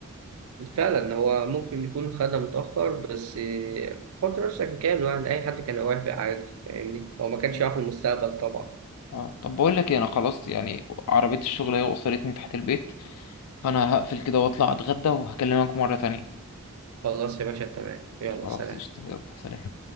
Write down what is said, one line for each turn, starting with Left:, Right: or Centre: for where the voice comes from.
Right: فعلا هو ممكن يكون خدها متأخر بس آه، حط نفسك مكانه يعني أي حد كان هيوافق عادي فاهمني هو ما كانش
Left: مم.
Right: يعرف المستقبل طبعا
Left: اه طب بقول لك ايه انا خلاص يعني عربيه الشغل هي وصلتني تحت البيت فانا هقفل كده واطلع اتغدى وهكلمك مره تانية
Right: خلاص يا باشا تمام يلا
Left: خلاص
Right: سلام
Left: قشطه يلا سلام